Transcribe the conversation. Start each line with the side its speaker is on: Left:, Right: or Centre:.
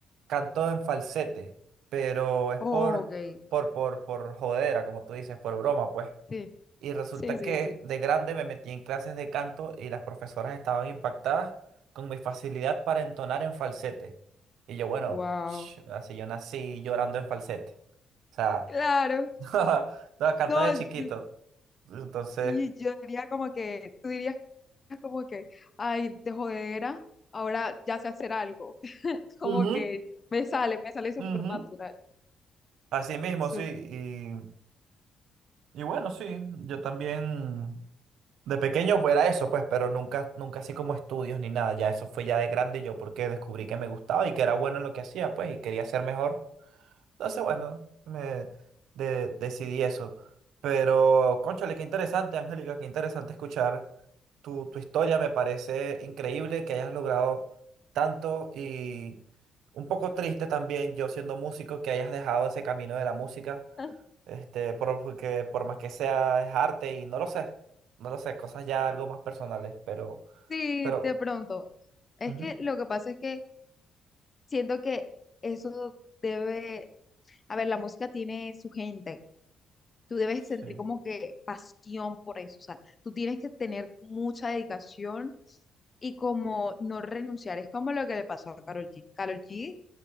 Right: canto en falsete, pero es
Left: <laughs>
Right: por,
Left: Oh, ok.
Right: por, por, por jodera, como tú dices, por broma, pues.
Left: Sí,
Right: Y resulta
Left: sí, sí,
Right: que
Left: sí.
Right: de grande me metí en clases de canto y las profesoras estaban impactadas con mi facilidad para entonar en falsete. Y yo, bueno,
Left: Wow.
Right: ch, así yo nací llorando en falsete. O sea,
Left: Claro.
Right: <laughs> no, cantas
Left: No,
Right: de chiquito.
Left: d-
Right: Entonces,
Left: sí, yo diría como que, tú dirías como que, ay, de jodera, ahora ya sé hacer algo. <laughs> Como
Right: Ujú,
Left: que me sale, me sale súper
Right: ujú.
Left: natural.
Right: así mismo,
Left: Súper.
Right: sí. Y, y bueno, sí, yo también de pequeño fuera eso, pues, pero nunca, nunca así como estudios ni nada. Ya eso fue ya de grande yo porque descubrí que me gustaba y que era bueno en lo que hacía, pues, y quería ser mejor. Entonces, bueno, me de- decidí eso. Pero, cónchale, qué interesante, Angélica, qué interesante escuchar tu, tu historia. Me parece increíble que hayas logrado tanto y un poco triste también, yo siendo músico, que hayas dejado ese camino de la música.
Left: <laughs>
Right: Este, por- porque por más que sea, es arte y no lo sé. No lo sé, cosas ya algo más personales, pero,
Left: Sí,
Right: pero,
Left: de pronto. Es
Right: ujú,
Left: que lo que pasa es que siento que eso debe, a ver, la música tiene su gente. tú debes sentir
Right: sí.
Left: como que pasión por eso, o sea, tú tienes que tener mucha dedicación y como no renunciar, es como lo que le pasó a Karol G. Karol G